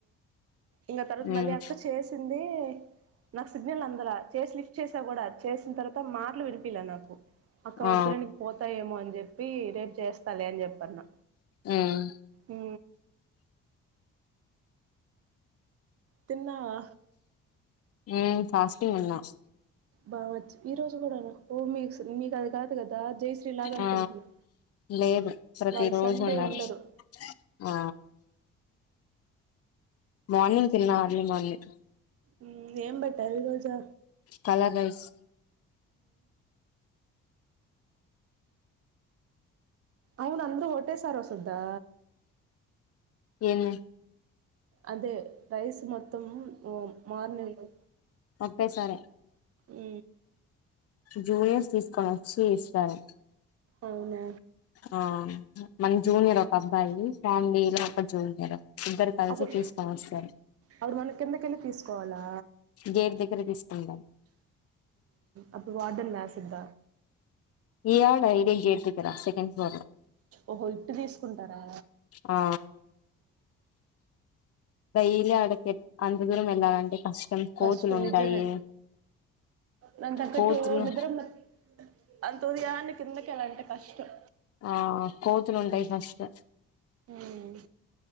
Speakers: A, on the right (about 50°); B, on the left (about 55°).
A: ఇంకా తర్వాత
B: మ్మ్
A: మళ్ళీ అక్క చేసింది నాకు సిగ్నల్ అందలా చేసి లిఫ్ట్ చేసా కూడా చేసిన తర్వాత మాట్లు వినిపియ్యలే నాకు అక్క
B: ఆ
A: వద్దులే నీను పోతాయేమో అని చెప్పి రేపు చేస్తాలే పన్నా
B: మ్మ్
A: ఉ తిన్నావా
B: ఉ ఫాస్టింగ్ ఉన్నా
A: బావచి ఈ రోజు కూడనా ఓ మీకు మీకు అది కాదు కదా దా జైశ్రీ లాగ అనుకుంటున్నా
B: ఆ లేదు ప్రతి
A: వాళ్ళు
B: రోజు
A: సండే
B: ఉండాలి
A: ఉండరు
B: ఆ మార్నింగ్ తిన్న అర్లీ మార్నింగ్
A: ఉ ఏం పెట్టారు ఈ రోజా
B: కలర్ రైస్
A: అవును అందు ఒకటేసారి వస్తదా
B: ఏమో
A: అదే రైస్ మొత్తం ఓ మార్నింగ్
B: పే సారే
A: ఉ
B: జూనియర్స్ తీసుకొని వచ్చి ఇస్తారా
A: అవునా
B: ఆ మన జూనియర్ పాపం అబ్బాయి ఫ్యామిలీ లో ఒక జూనియర్ ఇద్దరు కలిసి
A: అప్పుడు
B: తీసుకొని వస్తారు
A: అప్పుడు మనం కిందకెళ్ళి తీసుకోవాలా
B: గేట్ దగ్గర తీసుకుంటాం
A: అప్పుడు వార్డన్ లా సిద్ధ
B: ఇయ్యాల ఇది జ చేడ్తారా సెకెండ్ ఫ్లోర్ లో
A: ఓహో ఇట్టు తీసుకుంటారా
B: ఆ డైలీ అడ పెట్ అంత దూరం వెళ్లాలంటే కష్టం
A: కష్టం
B: కోతులు ఉంటాయి
A: నిజమే దానికి తగ్గట్టు
B: కోతులు
A: నిద్ర ఉండదు అంత ఉదయాన్నె కిందకెళ్ళాలంటే కష్టం
B: ఆ కోతులు ఉంటాయి
A: ఉమ్,
B: ఫస్ట్.
A: ఉమ్,